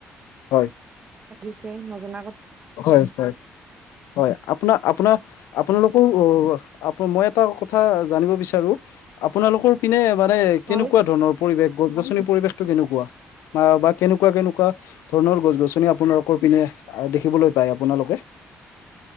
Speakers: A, on the left (about 75°); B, on the right (about 25°).
A: হয়!
B: ভাবিছে নজনা কথ
A: হয় হয় হয়, আপোনাৰ আপোনাৰ আপোনালোকৰ অ' মই এটা কথা জানিব বিচাৰো। আপোনালোকৰ পিনে মানে,
B: হয়
A: কেনেকুৱা ধৰণৰ পৰিৱেশ গছ-গছনি পৰিৱেশটো কেনেকুৱা বা বা কেনেকুৱা কেনেকুৱা ধৰণৰ গছ-গছনি আপোনালোকৰ পিনে দেখিবলৈ পায় আপোনালোকে?